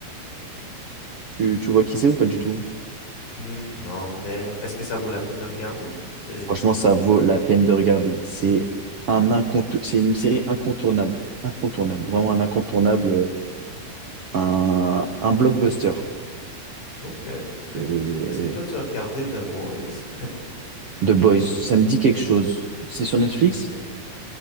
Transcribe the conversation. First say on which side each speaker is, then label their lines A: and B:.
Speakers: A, on the right (about 55°); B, on the left (about 70°).
A: Tu,
B: Mhm.
A: tu vois qui c'est ou pas du tout?
B: Hmm, non, mais est-ce que ça vaut la peine de regarder? C'est...
A: Franchement, ça vaut la peine de regarder. C'est un
B: Hmm,
A: incontour- c'est une série incontournable. Incontournable. Vraiment un incontournable. euh, Un, un blockbuster.
B: ok, ok.
A: Et...
B: Est-ce que toi tu as regardé The Boys?
A: The Boys. Ça me dit quelque chose. C'est sur Netflix?
B: Ok.